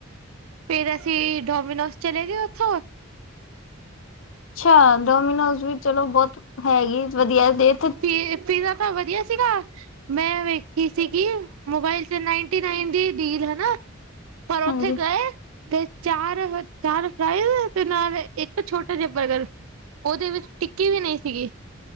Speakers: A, on the right; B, on the left.
A: ਫੇਰ ਅਸੀ ਡੋਮੀਨੋਸ ਚਲੇਗੇ ਓਥੋਂ।
B: ਅੱਛਾ, ਡੋਮੀਨੋਜ ਵੀ ਚਲੋ ਬੈਤ ਹੈਗੀ ਵਦੀਆ ਦੇ
A: ਪੀ ਪੀਜ਼ਾ ਤਾਂ ਵਦੀਆ ਸੀਗਾ ਮੈਂ ਵੇਖੀ ਸੀਗੀ ਮੋਬਾਇਲ ਤੇ ਨਾਈਨਟੀ-ਨਾਈਨ ਦੀ ਡੀਲ, ਹਨਾ ਪਰ ਓੱਥੇ
B: ਹਾਂਜੀ
A: ਗਏ ਤੇ ਚਾਰ-ਚਾਰ ਫਰਾਈਜ਼ ਤੇ ਨਾਲ ਇੱਕ ਛੋਟਾ ਜਾ ਬਰਗਰ। ਓਦੇ ਵਿੱਚ ਟਿੱਕੀ ਵੀ ਨਈ ਸੀਗੀ।